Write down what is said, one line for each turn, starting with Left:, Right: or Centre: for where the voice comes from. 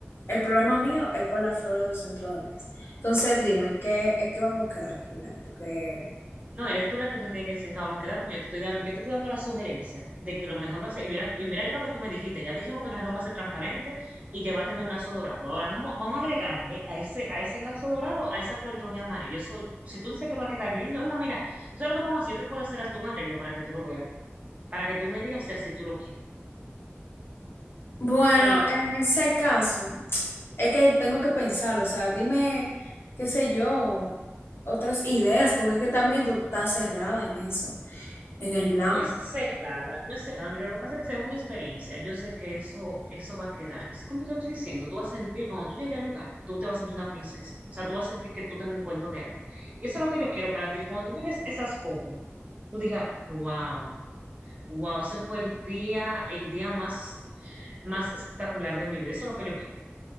Left: el problema mío es con las flores del centro de mesa. Entonces dime, ¿qué, en qué vamos a quedar al final? Porque,
Right: No, eres tú la que me tiene que decir en qué vamos a quedar, porque yo te estoy dando, yo te estoy dando la sugerencia de que lo mejor va a ser, y mira, y mira ya lo que tú me dijiste, ya dijimos que el jarrón va a ser transparente y que va a tener un lazo dorado. Ahora vamos, vamos a agregarle a ese, a ese lazo dorado, a esa flor roja y amarillo. Eso, si tú dices que va a quedar lindo, es más, mira, tú sabes lo que vamos a hacer, yo te puedo hacer hasta un arreglo para que tú lo veas, para que tú me digas si así tú lo quieres.
Left: bueno,
Right: Eh,
Left: en ese caso es que tengo que pensar, o sea, dime, qué sé yo, otras ideas, porque es que también tú estás cerrada en eso, en el blanco.
Right: No es cerrada, no es cerrada. Mira, lo que pasa es que según mi experiencia, yo sé que eso, eso va a quedar. Así como te estoy diciendo, tú vas a sentir, cuando tú llegues al lugar, tú te vas a sentir una princesa. O sea, tú vas a sentir que tú tengas un cuento de hadas. Y eso es lo que yo quiero para ti, que cuando tú mires esas fotos, tú digas, wow, wow, ese fue el día, el día más, más espectacular de mi vida. Eso es lo que yo quiero.